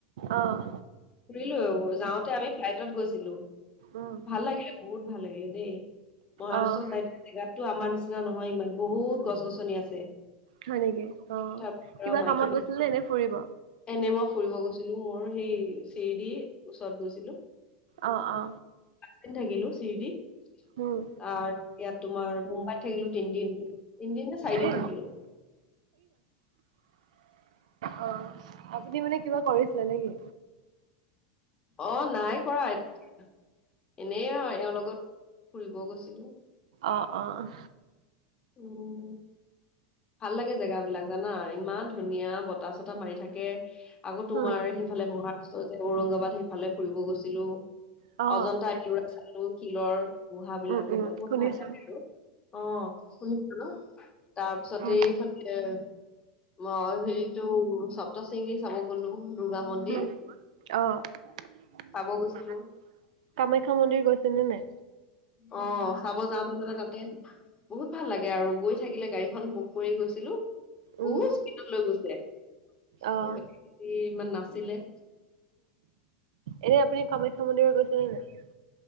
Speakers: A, on the right; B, on the left.
A: অ',
B: ফুৰিলো, যাওঁতে আমি ফ্লাইটত গৈছিলো
A: উম,
B: ভাল লাগিলে বহুত। ভাল লাগিলে দেই, মহাৰাষ্ট্ৰ
A: অ'।
B: যাই দিয়া জেগাতো আমাৰ নিচিনা নহয় ইমান বহুত গছ গছনি আছে।
A: হয় নেকি? অ'
B: কথা
A: কিবা
B: মাইকী
A: কামত
B: মানুহ
A: গৈছিল নে এনে ফুৰিব?
B: এনে মই ফুৰিব গৈছিলো মোৰ সেই চিৰদিৰ ওচৰত গৈছিলো।
A: অ', অ'।
B: দিন থাকিলো চিৰডিত
A: উম,
B: আৰু ইয়াত তোমাৰ মুম্বাইত থাকিলো তিনদিন। তিন দিন নে চাৰিদিন
A: এই
B: থাকিলো।
A: অ' আপুনি মানে কিবা কৰিছিলে নেকি?
B: অ' নাই কৰা এ। এনেই অ এওঁৰ লগত ফুৰিব গৈছিলো।
A: অ', অ'।
B: উম। ভাল লাগে জেগ বিলাক জানা ইমান ধুনীয়া বতাহ চতাহ মাৰি থাকে আকৌ তোমাৰ
A: উম
B: সেইফালে মহাৰাষ্ট্ৰ যে ঔৰংগাবাদ সেইফালে ফুৰিব গৈছিলো।
A: অ',
B: অজন্তা ইউৰা চালো শিলৰ গুহা বিলাক,
A: উম, উম,
B: এইবিলাক বহুত
A: শুনিছোঁ
B: ভাল লাগে আৰু। অ' শুনিছিলো, তাৰ পিছতে
A: উম,
B: এইফালে মই হেৰিটো সপ্ত শিঙী চাব গ'লো দুৰ্গা মন্দিৰ
A: উম, আহ
B: চাব গৈছিলো।
A: কামাখ্যা মন্দিৰ গৈছে চনেমে
B: অ', চাব যাওঁতে মানে তাতে বহুত ভাল লাগে আৰু গৈ থাকিলে গাড়ীখন বুক কৰি গৈছিলো
A: উম,
B: বহুত স্পীডত লৈ গৈছে।
A: অ',
B: ভিৰ ইমান নাছিলে।
A: এনে আপুনি কামাখ্যা মন্দিৰত গৈছে নে নাই?